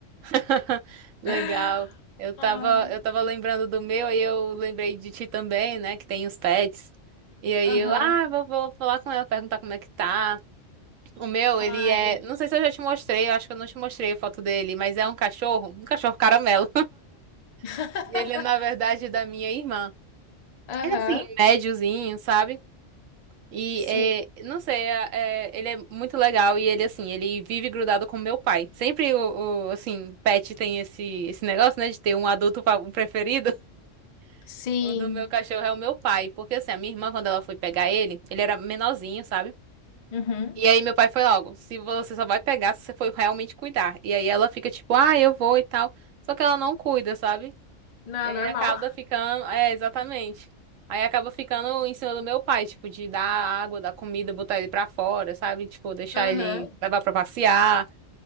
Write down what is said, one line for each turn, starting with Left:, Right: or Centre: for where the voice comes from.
Right: <laughs> Legal.
Left: <laughs>
Right: Eu tava,
Left: Ai,
Right: eu tava lembrando do meu e eu lembrei de ti também, né? Que tem os pets. E aí
Left: aham.
Right: eu, ah, vou, vou falar com ela, perguntar como é que tá. O meu,
Left: Ai.
Right: ele é, não sei se eu já te mostrei, eu acho que eu não te mostrei a foto dele, mas é um cachorro, um cachorro caramelo.
Left: <laughs>
Right: <laughs> Ele é, na verdade, é da minha irmã.
Left: Aham.
Right: Ele é assim, médiozinho, sabe? E
Left: Sim.
Right: é, não sei, é- é- ele é muito legal e ele assim, ele vive grudado com meu pai. Sempre o, o, assim, pet tem esse esse negócio, né, de ter um adulto fa- um preferido. <laughs>
Left: Sim.
Right: O do meu cachorro é o meu pai, porque assim, a minha irmã quando ela foi pegar ele, ele era menorzinho, sabe?
Left: Uhum.
Right: E aí meu pai foi logo, se você só vai pegar se você for realmente cuidar. E aí ela fica tipo, ah, eu vou e tal. Só que ela não cuida, sabe?
Left: Não,
Right: E aí
Left: é normal.
Right: acaba ficando. É, exatamente. Aí acaba ficando em cima do meu pai, tipo, de dar água, dar comida, botar ele pra fora, sabe? Tipo, deixar
Left: Aham.
Right: ele levar pra passear.